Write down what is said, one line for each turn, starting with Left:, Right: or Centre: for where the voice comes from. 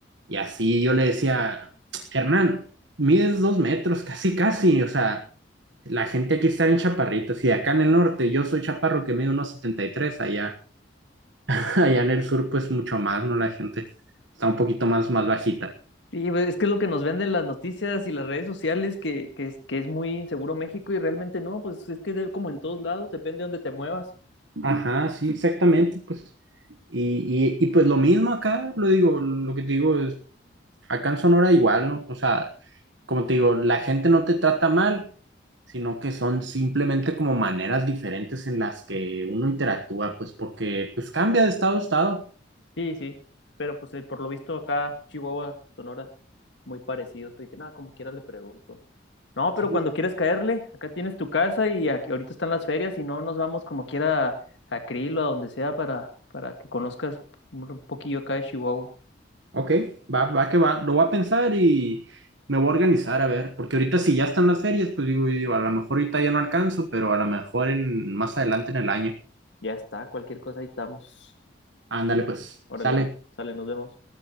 Right: Y así yo le decía, Hernán, mides dos metros, casi, casi, o sea, la gente aquí está bien chaparrita. Si acá en el norte yo soy chaparro que mide unos 73, allá, <laughs> allá en el sur pues mucho más, ¿no? La gente está un poquito más, más bajita.
Left: Sí, pues, es que es lo que nos venden las noticias y las redes sociales, que, que, es, que es muy inseguro México y realmente no, pues es que de- como en todos lados, depende de dónde te muevas.
Right: Ajá, sí, exactamente, pues. Y, y, y pues lo mismo acá, lo digo, lo que te digo es, acá en Sonora igual, ¿no? O sea, como te digo, la gente no te trata mal, sino que son simplemente como maneras diferentes en las que uno interactúa, pues porque pues cambia de estado a estado.
Left: Sí, sí, pero pues eh, por lo visto acá Chihuahua, Sonora, muy parecidos, pues dije, nada, como quiera le pregunto. No, pero
Right: Sí,
Left: cuando quieras caerle, acá tienes tu casa y aquí, ahorita están las ferias y no nos vamos como quiera a, a Krill o a donde sea para, para que conozcas un un poquillo acá de Chihuahua.
Right: Ok, va, va que va. Lo voy a pensar y me voy a organizar a ver, porque ahorita si ya están las ferias, pues digo, digo, a lo mejor ahorita ya no alcanzo, pero a lo mejor en más adelante en el año.
Left: Ya está, cualquier cosa ahí estamos.
Right: Ándale, pues,
Left: Órale,
Right: sale.
Left: sale, nos vemos.